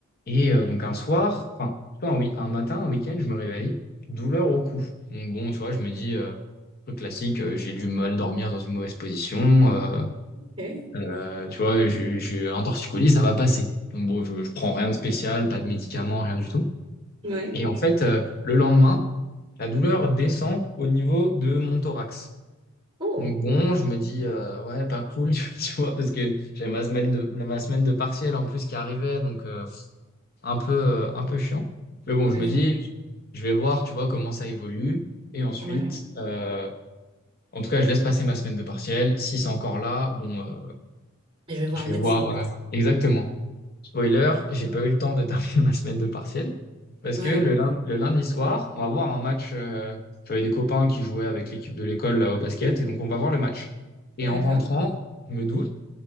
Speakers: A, on the left; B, on the right.
A: Et euh, donc un soir, enfin, tu vois, un, oui, un matin, un week-end, je me réveille, douleur au cou. Donc bon, tu vois, je me dis, euh, truc classique, euh, j'ai du mal dormir dans une mauvaise position, euh,
B: Ok.
A: euh, tu vois, j'ai j'ai un torticolis, ça va passer. Donc bon, je, je prends rien de spécial, pas de médicaments, rien du tout.
B: Ouais.
A: Et en fait, euh, le lendemain, la douleur descend au niveau de mon thorax.
B: Oh.
A: Donc bon, je me dis, euh, ouais, pas cool, <laughs> tu vois, parce que j'avais ma semaine de, ma semaine de partiel en plus qui arrivait, donc... euh, un peu, euh, un peu chiant. Mais bon, je
B: Ouais.
A: me
B: je
A: dis, je vais voir, tu vois, comment ça évolue. Et ensuite,
B: ouais.
A: euh, en tout cas, je laisse passer ma semaine de partiel. Si c'est encore là, bon, euh,
B: Et je vais voir
A: je
B: le
A: vais
B: médecin.
A: voir. euh, exactement. Spoiler, j'ai pas eu le temps de terminer <laughs> ma semaine de partiel. Parce
B: Ouais.
A: que le lundi, le lundi soir, on va voir un match. euh, j'avais des copains qui jouaient avec l'équipe de l'école là, au basket. Et donc, on va voir le match. Et
B: D'accord.
A: en rentrant, je me doute.